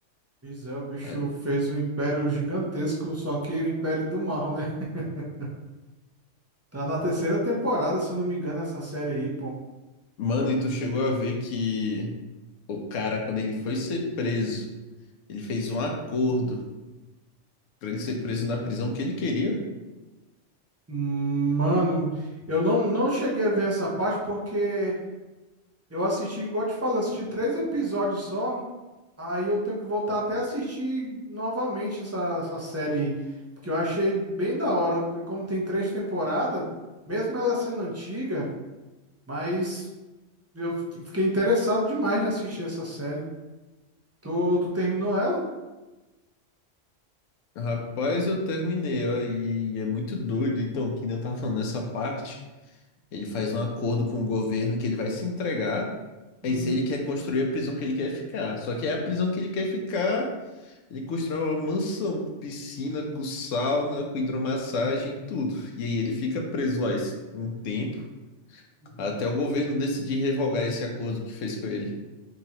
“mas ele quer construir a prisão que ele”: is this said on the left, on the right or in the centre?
Left